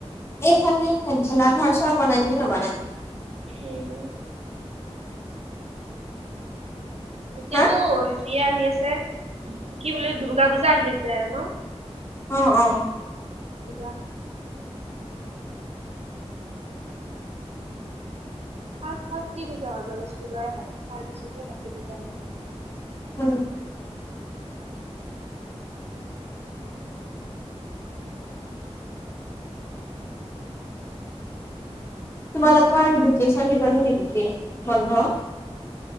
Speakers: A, on the left (about 20°); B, on the right (about 70°).
A: এইফালে ভেলা-ঘৰ চৰ বনাই নে নবনায়?
B: উম এতিয়াতো
A: হা
B: হেৰি আহি আছে, কি বোলে দুৰ্গা পূজা আহি আছে আৰু ন'?
A: অ অ
B: <unintelligible> ফাৰ্ষ্ট ফাৰ্ষ্ট কি পূজা হয়? গনেশ পূজাই হয়, তাৰ পিছতে বাকী পূজা হয়।
A: উম। তোমালোকৰ ভেকেচন দিব নেকি <unintelligible> বন্ধ।